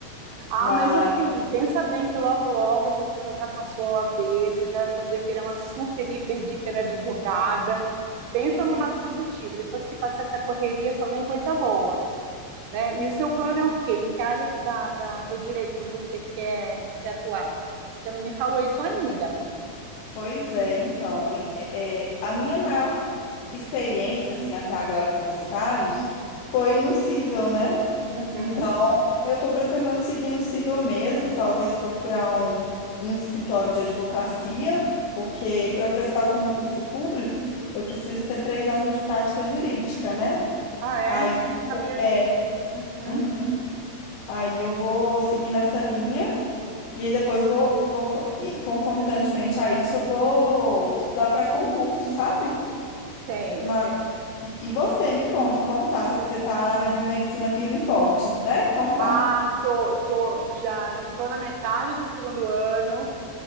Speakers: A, on the right; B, on the left.
A: Ah,
B: mas...
A: mas assim, pensa bem que logo, logo você vai estar com a sua OAB, você já vai poder virar uma super, hiper, hiper advogada. Pensa
B: <laughs>
A: no lado positivo. Depois que passar essa correria, só vem coisa boa, né? E o seu plano é
B: Ah,
A: o quê? Em que área da, da- do direito você quer, quer atuar? Você não me falou isso ainda.
B: Pois é, então, em- é, é, a minha maior experiência, assim, até agora com os estágios foi no Cível, né?
A: Uhum.
B: Então, eu estou pretendendo seguir no Cível mesmo, talvez procurar um, um escritório de advocacia, porque para eu prestar concurso público, eu preciso ter três anos de prática jurídica, né?
A: Ah, é?
B: Aí,
A: Eu não sabia
B: é,
A: disso. Uhum.
B: uhum, aí eu vou seguir nessa linha. E aí depois vou, vou co- e concomitantemente a isso, eu vou estudar para concurso, sabe?
A: Sei,
B: Mas,
A: sei.
B: e você, me conta, como tá? Você tá na biomedicina firme e forte, né? Como tá?
A: Ah, tô, tô, já, já tô na metade do segundo ano.